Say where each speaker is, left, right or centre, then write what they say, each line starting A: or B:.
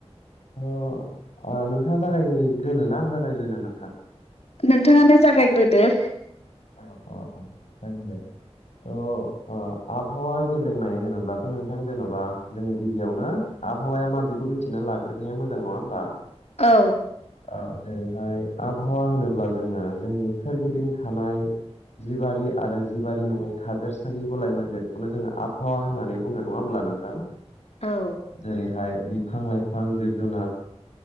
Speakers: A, on the left; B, on the left.
A: औ। थ नोंथाङा जागायग्रोनो ना आं जागायग्रोनो नोंथां?
B: नोंथाङानो जागायग्रोदो।
A: अ अ अ जागोन दे। थ' आबहावा गेब्रेंनाय होनोब्लाथ' नोंथां जेन'बा जोङो गिबियावनो आबहावाया मा बेेखौ मिथिना लाग्रोनाया मोजां नङा होमबा?
B: औ
A: औ जेरैहाय आबहावा होनोब्ला जोङो जोंनि सोरगिदिं थानाय जिबारि आरो जिबारि नङै थादोरसानि गलाय मन्दिरखौनो जोङो आबहावा होननानै बुङोबा नङा होमब्ला नोंथां
B: औ
A: जेरैहाय बिफां लाइफां जिब जुनार